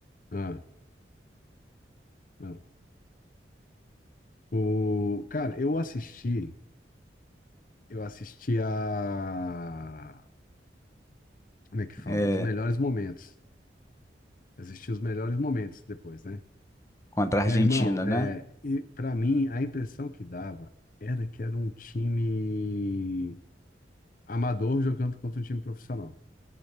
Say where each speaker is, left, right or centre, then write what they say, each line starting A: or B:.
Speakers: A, on the left; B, on the left.
A: Ah, ah. O... Cara, eu assisti, eu assisti a. Como é que fala?
B: é,
A: Os melhores momentos. Assisti os melhores momentos depois, né?
B: contra
A: Meu
B: a Argentina,
A: irmão, é...
B: né?
A: e para mim, a impressão que dava era que era um time amador jogando contra um time profissional.